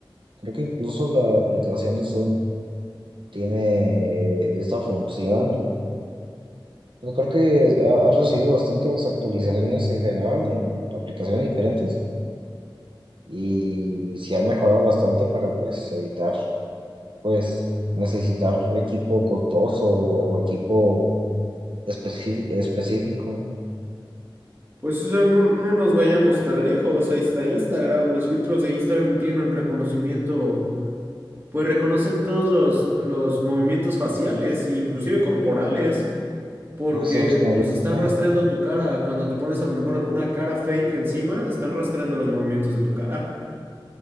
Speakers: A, on the right; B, on the right.
A: creo que incluso la aplicación de Zoom tiene esta función Yo creo que ha ha recibido bastantes actualizaciones en general en aplicaciones diferentes y se han mejorado bastante para pues evitar pues necesitar equipo costoso o equipo especi- específico,
B: Pues, o sea, no, no nos vayamos tan lejos, ahí está Instagram, los filtros de Instagram tienen reconocimiento pues reconocen todos los, los movimientos faciales, inclusive corporales, porque
A: pues en su mayoría.
B: pues están rastreando tu cara. Cuando te pones a lo mejor alguna cara fake encima, están rastreando los movimientos de tu cara.